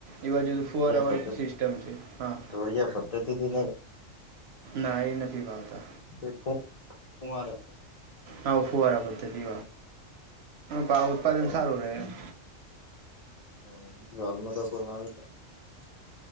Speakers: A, on the right; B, on the left.
A: એ બાજુ તો
B: ધોળિયા
A: ફોર અવર
B: પદ્ધતિ
A: સિસ્ટમ છે હા
B: ધોળિયા પદ્ધતિથી
A: ના એ નથી. વાવતા
B: એ ફું ફુંવાર છે.
A: હા ફુવારા પદ્ધતિ વા ઉત્પાદન
B: બરાબર
A: સારું રહે એમ.
B: <unintelligible>